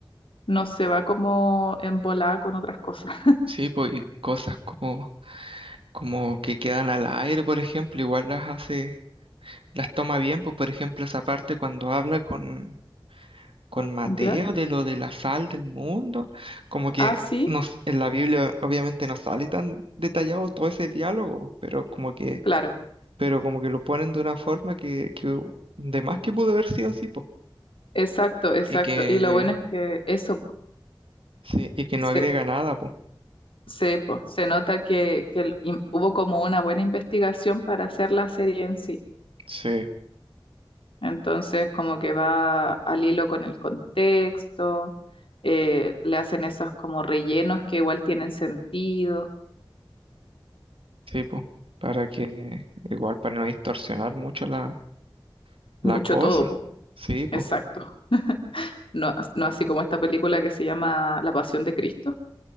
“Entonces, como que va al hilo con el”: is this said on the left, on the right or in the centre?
Left